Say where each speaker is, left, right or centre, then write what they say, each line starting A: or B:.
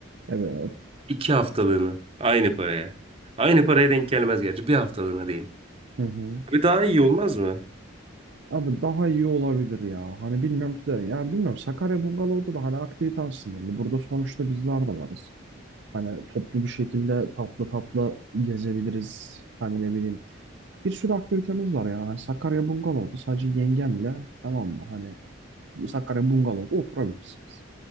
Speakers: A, on the right; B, on the right.
A: Evet.
B: İki haftalığına aynı paraya. Aynı paraya denk gelmez gerçi bir haftalığına diyeyim.
A: Hı hı.
B: Bir daha iyi olmaz mı?
A: Abi daha iyi olabilir ya. Hani bilmiyorum ki de yani bilmiyorum Sakarya Bungalov'da da hani aktivite aslında. Hani Burada sonuçta bizler de varız. Hani toplu bir şekilde tatlı tatlı gezebiliriz. Hani ne bileyim Bir sürü aktivitemiz var ya. Hani Sakarya Bungalov'da sadece yengemle tamam mı? Hani Sakarya Bungalov'da oturabilirsiniz.